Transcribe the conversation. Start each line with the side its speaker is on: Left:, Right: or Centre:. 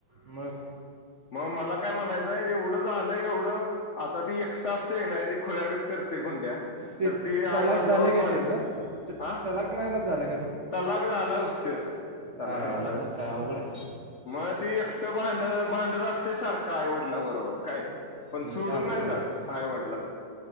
Right: मग
Left: मग मला काय म्हणायचंय तेवढं एढं झालं एवढं आता ती एकटा असते नाही ती खोळ्यागत करते गुंड्या
Right: ते
Left: तर ती आईवडिलावर
Right: तलाक झाले काय
Left: भांडते
Right: त्याचं तर
Left: हा
Right: तलाक नाही ना झालं
Left: तलाक झालाय उशीर तलाक
Right: हा
Left: झाला
Right: लमका
Left: उशीर
Right: अघडे
Left: मग ती एकटं भांड भांडत असते सारखं आहे वडला बरोबर काय पण
Right: हम्म,
Left: सोडून
Right: ते असंच
Left: नाही
Right: आहे
Left: जात
Right: की रे.
Left: आईवडलाला